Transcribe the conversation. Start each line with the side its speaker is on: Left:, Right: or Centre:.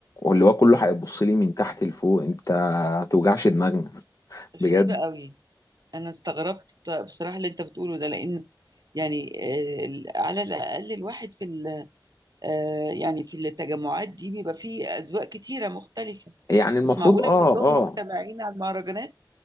Left: اللي هو كله هيبص لي من تحت لفوق انت ما توجعش دماغنا بجد
Right: غريبة قوي أنا استغربت بصراحة اللي أنت بتقوله ده لأن يعني آه، على الأقل الواحد في ال آه، يعني في التجمعات دي بيبقى فيه أذواق كتيرة مختلفة
Left: يعني المفروض
Right: بس معقولة
Left: اه
Right: كلهم
Left: اه
Right: مجتمعين على المهرجانات